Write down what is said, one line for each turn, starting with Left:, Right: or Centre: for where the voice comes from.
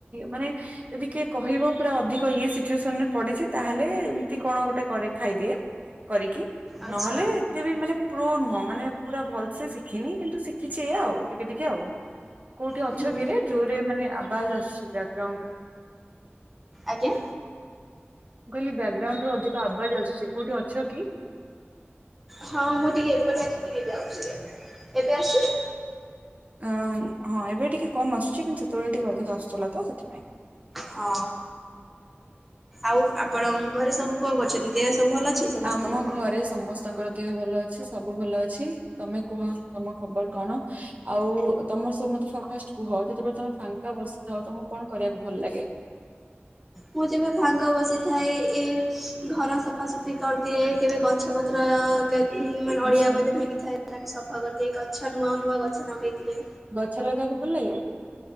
Right: ମାନେ ଯଦି କିଏ କହିବ ପୁରା ଅଧିକ ଇଏ ସିଚୁଏସନ ରେ ପଡିଛି ତାହେଲେ ଏମିତି କଣ ଗୋଟେ କରେ ଖାଇଦିଏ କରିକି
Centre: ଆଚ୍ଛା
Right: ନହେଲେ ଏତେ ବି ମାନେ ପ୍ରୋ ନୁହଁ ମାନେ ପୁରା ଭଲ ସେ ଶିଖିନି କିନ୍ତୁ ଶିଖିଛି ଏଇଆ ଆଉ ଟିକେ ଟିକେ ଆଉ। କୋଉଠି ଅଛ
Centre: ହୁଁ
Right: କିରେ ଜୋରରେ ମାନେ ଆବାଜ ଆସୁଛି ବ୍ୟାକଗ୍ରାଉଣ୍ଡରେ।
Centre: ଆଜ୍ଞା।
Right: ମୁଁ କହିଲି ବ୍ୟାକଗ୍ରାଉଣ୍ଡ ରୁ ଅଧିକ ଆବାଜ ଆସୁଛି କୋଉଠି ଅଛ କି?
Centre: ହଁ ମୁଁ ଟିକେ ଏପଟେ ଅଛି ଟିକେ ଯାଉଛି ଏବେ ଆସୁଛି?
Right: ଅ ହଁ ଏବେ ଟିକେ କମ୍ ଆସୁଛି କିନ୍ତୁ ସେତେବେଳେ ଟିକେ ଅଧିକ ଆସୁଥିଲା ତ ସେଥିପାଇଁ।
Centre: ହଁ, ଆଉ ଆପଣଙ୍କ ଘରେ ସବୁ କଣ କରୁଛନ୍ତି? ଦେହ ସବୁ ଭଲ ଅଛି ସମସ୍ତଙ୍କର
Right: ଆମ ଘରେ ସମସ୍ତ ସମସ୍ତଙ୍କର ଦେହ ଭଲ ଅଛି ସବୁ ଭଲ ଅଛି ତମେ କୁହ ତମ ଖବର କଣ? ଆଉ ତମର ସବୁ ମତେ ଫାଷ୍ଟ କୁହ ଯେତେବେଳେ ତମେ ଫାଙ୍କା ବସିଥାଉ ତମକୁ କଣ କରିବାକୁ ଭଲ ଲାଗେ?
Centre: ମୁଁ ଯେବେ ଭାଙ୍ଗ ବସିଥାଏ ଏ ଘର ସଫାସଫି କରିଦିଏ କେବେ ଗଛ ପତ୍ର ହୁଁ ମାନେ
Right: ଆଚ୍ଛା
Centre: ଅଳିଆ ଭଜନ ହେଇକିଥାଏ ତା ସଫା କରିଦିଏ ଗଛ ନୂଆ ନୂଆ ଗଛ ଲଗେଇଦିଏ।
Right: ଗଛ ଲଗାବାକୁ ଭଲ ଲାଗେ।